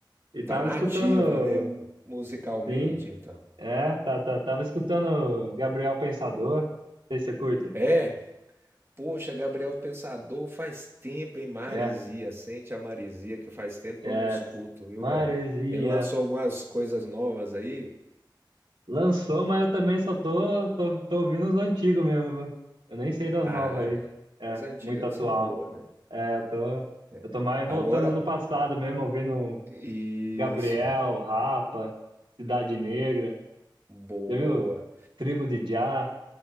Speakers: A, on the right; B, on the right.
A: E tava
B: Tá na
A: escutando,
B: ativa, né? Musicalmente,
A: sim.
B: então.
A: É, tá, tá, tava escutando Gabriel Pensador. Não sei se você curte.
B: É? Poxa, Gabriel Pensador, faz tempo, hein? Marizia,
A: É,
B: sente a Marizia que faz tempo que
A: é.
B: eu não escuto, viu,
A: Maresia.
B: velho? Ele lançou algumas coisas novas aí,
A: Lançou, mas eu também só tô, tô, tô ouvindo os antigos mesmo. viu? Eu nem sei das
B: ah,
A: novas
B: é,
A: aí. É,
B: as antigas
A: muito atual.
B: que são boas, né?
A: É, eu tô,
B: É.
A: eu tô mais
B: Agora,
A: voltando no passado mesmo, ouvindo
B: isso,
A: Gabriel, Rapa, Cidade Negra.
B: boa.
A: Já viu? Tribo de Jah.